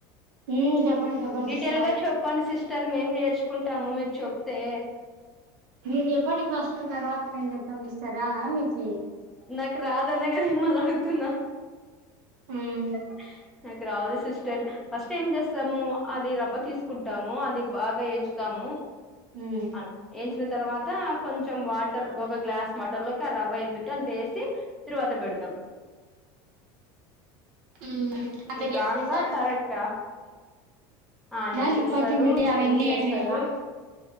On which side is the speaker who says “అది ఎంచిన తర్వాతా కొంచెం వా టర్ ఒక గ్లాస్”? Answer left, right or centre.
Centre